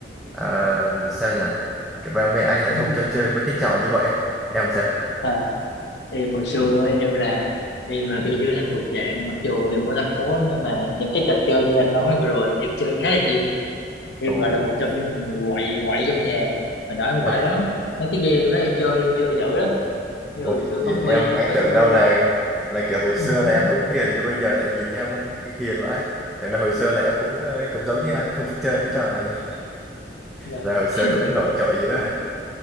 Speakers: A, in the centre; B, on the left (about 70°).
A: ờ, sao nhỉ kiểu ba mẹ anh lại
B: <laughs>
A: không cho chơi mấy cái trò như vậy á. em sao
B: À, Ờ, em hồi xưa em là em là kiểu như là thuộc dạng mặc dù em ở thành phố nhưng mà những cái trò chơi như anh nói vừa rồi thì em chơi khá là nhiều em
A: Ồ.
B: gọi là một trong những người quậy quậy trong nhà mà nói em quậy
A: <laughs>
B: lắm mấy cái game đó em chơi em chơi dữ lắm như
A: Ủa,
B: hồi xưa
A: nhìn
B: bắn
A: em
B: bi em
A: anh
B: có
A: tưởng
B: chơi
A: đâu là là kiểu hồi xưa
B: <laughs>
A: là em cũng hiền như bây giờ tại nhìn em cũng hiền vãi tưởng đâu hồi xưa là em cũng ờ, cũng giống như anh không chơi mấy trò này
B: là
A: rồi hồi xưa cũng
B: hồi
A: nổi trội dữ à.